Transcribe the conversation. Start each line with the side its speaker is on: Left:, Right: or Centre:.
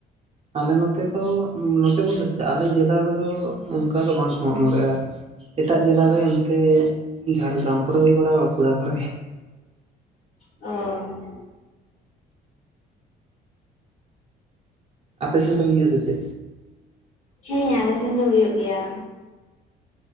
Right: ᱟᱞᱮ ᱱᱚᱛᱮ ᱫᱚ ᱱᱚᱛᱮ ᱵᱚᱞ ᱛᱮ ᱪᱮ ᱟᱞᱮ ᱡᱮᱞᱟ ᱨᱮᱫᱚ ᱚᱱᱠᱟ ᱫᱚ ᱵᱟᱝᱠᱚ ᱢᱟᱜ ᱢᱚᱬᱮᱜᱼᱟ ᱾ ᱮᱴᱟᱜ ᱡᱮᱞᱟ ᱚᱱᱛᱮ ᱡᱷᱟᱲᱜᱨᱟᱢ ᱠᱚᱨᱮ ᱦᱩᱭ ᱵᱟᱲᱟᱜᱼᱟ ᱵᱟᱸᱠᱩᱲᱟ ᱠᱚᱨᱮ
Left: ᱚ
Right: ᱟᱯᱮ ᱥᱮᱱ ᱦᱩᱭᱩᱜᱼᱟ ᱥᱮ ᱪᱮ?
Left: ᱦᱮᱸ ᱟᱞᱮ ᱥᱮᱱ ᱫᱚ ᱦᱳᱭᱳᱜ ᱜᱮᱭᱟ